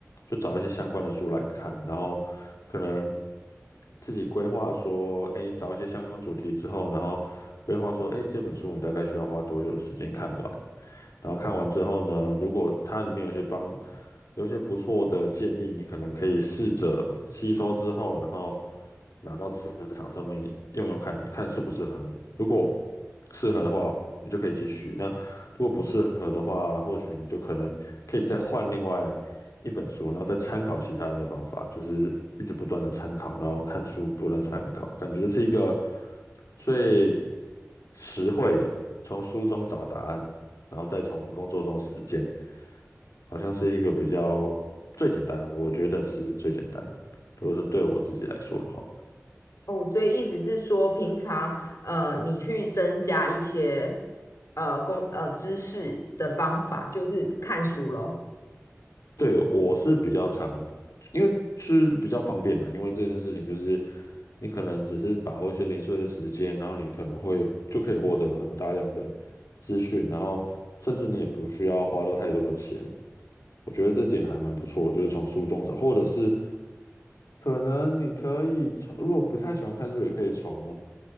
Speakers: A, on the left (about 85°); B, on the left (about 70°).
A: 就找一些相关的书来看，然后可能自己规划说，哎，找一些相关主题之后，然后规划说，哎，这本书你大概需要花多久的时间看完？然后看完之后呢，如果它里面有些帮有一些不错的建议，你可能可以试着吸收之后，然后拿到职场上面用用看，看适不适合你。如果适合的话，你就可以继续；那如果不适合的话，或许你就可能可以再换另外一本书，然后再参考其他人的方法，就是一直不断的参考，然后看书不断地参考，感觉这是一个。最实惠的，从书中找答案，然后再从工作中实践，好像是一个比较最简单，我觉得是最简单。如果是对我自己来说的话，
B: 哦，所以意思是说，平常呃，你去增加一些呃工呃知识的方法，就是看书咯。
A: 对，我是比较常，因为是比较方便啊，因为这件事情就是你可能只是把握一些零碎的时间，然后你可能会就可以获得很大量的资讯，然后甚至你也不需要花到太多的钱。我觉得这点还蛮不错，就是从书中找，或者是可能你可以从，如果不太喜欢看书，也可以从